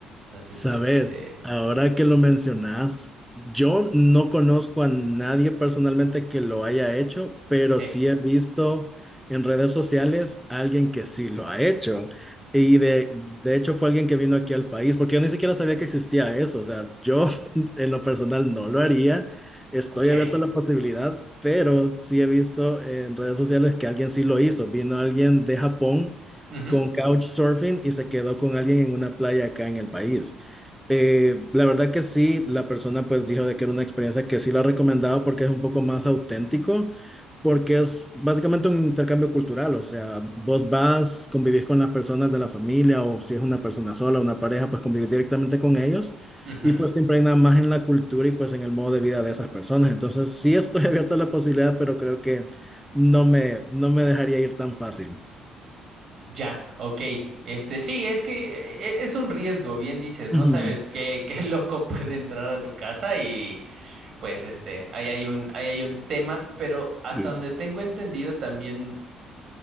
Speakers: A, on the right (about 50°); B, in the centre.
A: Entonces,
B: Sabes,
A: este,
B: ahora que lo mencionas, yo no conozco a nadie personalmente que lo haya hecho, pero
A: eh,
B: sí he visto en redes sociales a alguien que sí lo ha hecho. Y de, de hecho fue alguien que vino aquí al país, porque yo ni siquiera sabía que existía eso. O sea, yo <laughs> en lo personal no lo haría. Estoy
A: ok.
B: abierto a la posibilidad, pero sí he visto en redes sociales que alguien sí lo hizo. Vino alguien de Japón
A: Ujú,
B: con couchsurfing y se quedó con alguien en una playa acá en el país. Eh, la verdad que sí, la persona pues dijo de que era una experiencia que sí la recomendaba porque es un poco más auténtico, porque es básicamente un intercambio cultural, o sea, vos vas, convivís con las personas de la familia o si es una persona sola, una pareja, pues convivís directamente con ellos
A: ujú.
B: y pues te impregnas más en la cultura y pues en el modo de vida de esas personas. Entonces sí estoy <laughs> abierto a la posibilidad, pero creo que no me, no me dejaría ir tan fácil.
A: Ya, ok. Este, sí, es que eh, es un riesgo, bien dices, no
B: Ujú,
A: sabes qué, <laughs> qué loco puede entrar a tu casa y pues este, ahí hay un, ahí hay un tema, pero hasta
B: Sí.
A: donde tengo entendido también